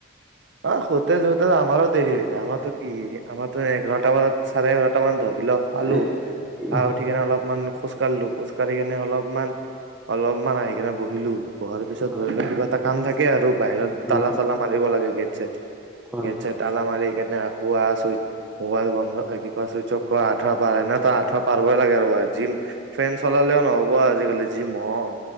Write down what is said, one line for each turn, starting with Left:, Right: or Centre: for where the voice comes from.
Right: অ সতে ধতে আমাৰো দেৰি হৈ যায় আমাৰতো কি আমাৰতো এঘাৰটা মান চাৰে এঘাৰটা মান ধৰ ধৰি লওক খালো,
Centre: এ
Right: খাই
Centre: হয়
Right: উঠি কিনে অলপমান খোজ খোজকাঢ়লো, খোজকাঢ়ি কিনে অলপমান, অলপমান আহি কিনে বহিলো। পঢ়াৰ পিছত
Centre: হয়
Right: ধৰি লও কিবা এটা কাম থাকে। কে আৰু বাহিৰত
Centre: হয়
Right: তালা
Centre: হয়
Right: চালা মাৰিব লাগে গেট আচছা
Centre: হয়
Right: গেট চেট তলা মাৰি কেনে কোৱা চুইচ মোবাইল বন্ধ চুইচ অফ আঠুৱা পাৰ এনে তো আঠুৱা পাৰবই লাগে ৰবা জিম ফেন চলালেও নহব আজিকালি জি মহ অ'।